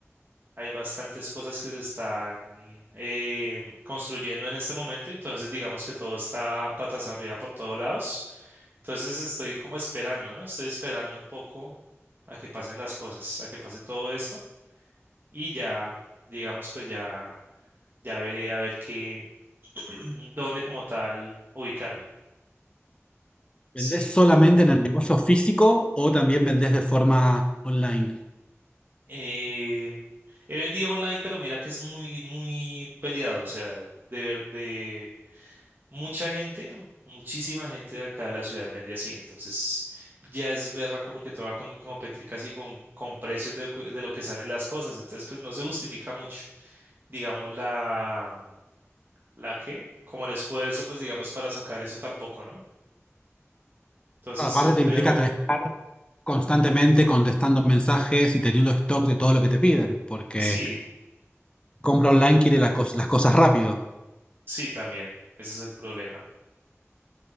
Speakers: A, on the right (about 45°); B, on the left (about 20°).
A: Hay bastantes cosas que se están eh, construyendo en este momento, entonces digamos que todo está patas arriba por todos lados. Entonces estoy como esperando, ¿no? Estoy esperando un poco a que pasen las cosas, a que pase todo esto y ya, digamos, pues ya, ya veré a ver qué, <clears throat> dónde como tal ubicarme.
B: ¿Vendés
A: Sí.
B: solamente en el negocio físico o también vendés de forma online?
A: Eh, he vendido online, pero mira que es muy, muy peleado, o sea, de, ver- de mucha gente, muchísima gente de acá de la ciudad vende así, entonces ya es berraco porque todo va a com- competir casi con, con precios de, lo que de lo que salen las cosas, entonces pues no se justifica mucho, digamos la, la que, como el esfuerzo pues digamos para sacar eso tampoco, ¿no? Entonces
B: Claro, Aparte
A: yo creo,
B: te implica tener constantemente contestando mensajes y teniendo stock de todo lo que te piden, porque
A: sí,
B: compra online quiere la cos- las cosas rápido.
A: sí también, ese es el problema,